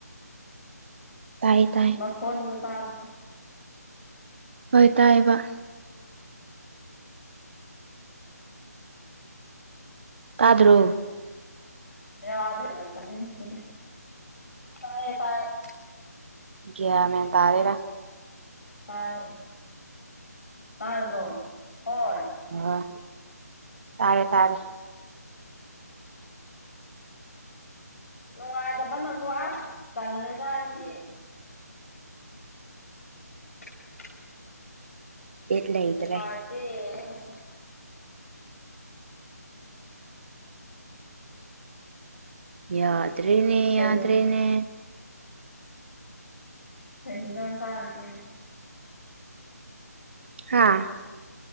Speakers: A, on the right (about 40°); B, on the left (about 60°).
A: ꯇꯥꯏ ꯇꯥꯏ
B: ꯃꯈꯣꯟꯗꯣ ꯇꯥꯕꯔꯣ <unintelligible>
A: ꯍꯣꯏ ꯇꯥꯏꯌꯦꯕ ꯇꯥꯗ꯭ꯔꯣ
B: ꯌꯥꯗꯦ ꯌꯥꯗ ꯆꯦ ꯇꯥꯏꯌꯦ ꯇꯥꯏꯌꯦ <unintelligible>
A: ꯒ꯭ꯌꯥꯟ ꯃꯦꯟ ꯇꯗꯦꯗ
B: ꯇꯥꯏꯌꯦ ꯇꯔꯕꯣ ꯍꯣꯏ
A: ꯑꯣ ꯇꯥꯔꯦ ꯇꯥꯔꯦ
B: ꯅꯨꯡꯉꯥꯏꯇꯕꯅꯀꯣ ꯑꯁ ꯇꯜꯂꯦꯗ ꯑꯩꯗꯤ <inaudible>
A: ꯕꯤꯠ ꯂꯩꯇ꯭ꯔꯦ
B: ꯅꯨꯡꯉꯥꯏꯇꯦ ꯑꯩꯒꯤꯁꯦ <unintelligible>
A: ꯌꯥꯗ꯭ꯔꯅꯦ
B: ꯀꯩ
A: ꯌꯥꯗ꯭ꯔꯅꯦ
B: ꯀꯩ ꯍꯤꯟꯖꯥꯡ ꯆꯥꯔꯒꯦ
A: ꯍꯥꯥ